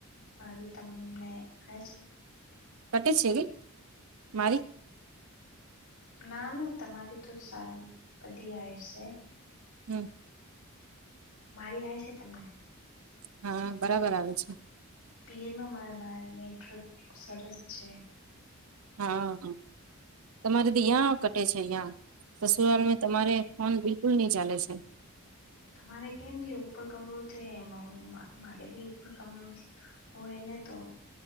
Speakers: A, on the left; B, on the right.
A: મારી તમને આવે છે
B: કટે છે કઈ મારી
A: ના ના તમારી તો સા બધી આવે છે
B: હમ્મ
A: મારી આ છે તમને
B: હમ્મ બરાબર આવે છે
A: પિરમાં મારા મારા નેટવર્ક સરસ છે
B: હા હા તમારે તો યાં કટે છે યહાં સસુરાલ મા તમારે ફોન બિલકુલ નહી ચાલે છે
A: તમારે કેમ કે ઉપર કમરો છે એ મારે બી ઉપર કમરો હોયને તો હ